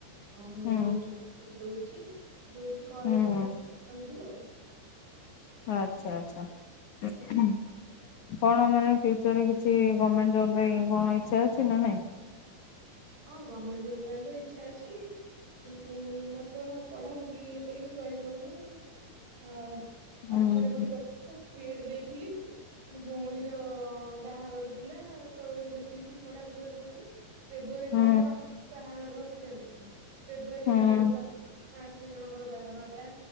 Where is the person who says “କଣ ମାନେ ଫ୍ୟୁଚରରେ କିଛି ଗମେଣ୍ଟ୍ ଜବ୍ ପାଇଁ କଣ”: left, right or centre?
Left